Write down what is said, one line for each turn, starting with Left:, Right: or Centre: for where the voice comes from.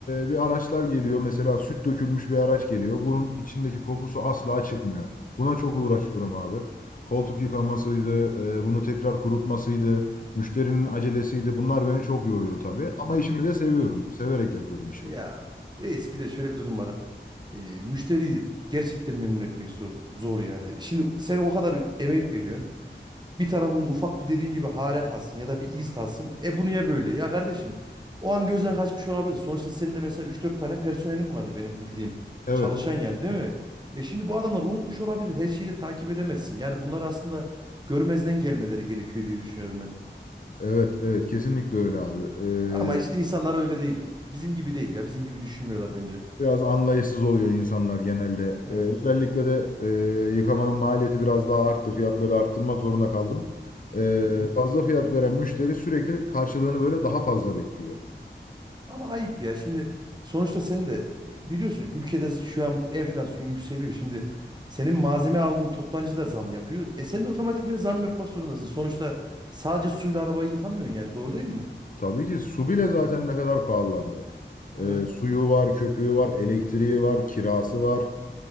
Left: e, bir araçlar geliyor. Mesela süt dökülmüş bir araç geliyor. Bunun içindeki kokusu asla çıkmıyor. Buna çok
Right: Evet.
Left: uğraşıyorum abi. Koltuk yıkamasıydı, e, bunu tekrar kurutmasıydı, müşterinin acelesiydi. Bunlar beni çok yoruyor tabii.
Right: Hmm.
Left: Ama işimi de seviyorum. Severek yapıyorum işimi.
Right: Ya reis bir de şöyle bir durum var. Ee, müşteriyi gerçekten memnun etmek zor, zor yani. Şimdi sen o kadar emek veriyorsun. Bir tarafında ufak bir dediğin gibi hare kalsın ya da bir iz kalsın. E bu niye böyle? Ya kardeşim o an gözden kaçmış olabilir. Sonuçta senin de mesela üç dört tane personelin vardı benim bildiğim.
Left: Evet,
Right: Çalışan yani değil mi? E şimdi bu adamlar unutmuş olabilir. Her şeyi de takip edemezsin. Yani bunlar aslında görmezden gelmeleri gerekiyor diye düşünüyorum
Left: evet, evet, kesinlikle öyle abi.
Right: Ama işte
Left: E,
Right: insanlar öyle değil. Bizim gibi değil ya. Bizim gibi düşünmüyorlar bence.
Left: Biraz anlayışsız oluyor insanlar genelde.
Right: Evet.
Left: Ee, özellikle de e, yıkamanın maliyeti biraz daha arttı. Fiyatları arttırmak zorunda kaldım. Ee,
Right: Hı hı.
Left: fazla fiyat veren müşteri sürekli karşılığını böyle daha fazla bekliyor.
Right: Ama ayıp ya. Şimdi sonuçta sen de e, biliyorsun ülkede şu an enflasyon yükseliyor. Şimdi senin malzeme aldığın toptancı da zam yapıyor. E sen de otomatikman zam yapmak zorundasın. Sonuçta sadece suyla arabayı yıkamıyorsun yani. Doğru değil mi?
Left: Tabii ki su bile zaten ne kadar pahalandı. Ee,
Right: Evet.
Left: suyu var, köpüğü var, elektriği var, kirası var.